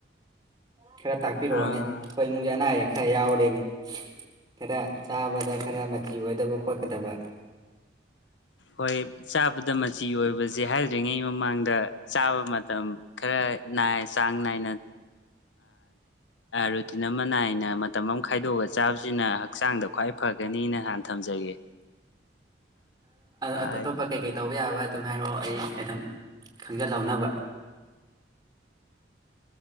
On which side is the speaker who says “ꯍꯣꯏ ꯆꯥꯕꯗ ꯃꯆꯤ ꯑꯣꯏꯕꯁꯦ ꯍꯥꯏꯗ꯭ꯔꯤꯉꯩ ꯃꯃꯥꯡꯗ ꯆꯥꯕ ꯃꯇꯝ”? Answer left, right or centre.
Left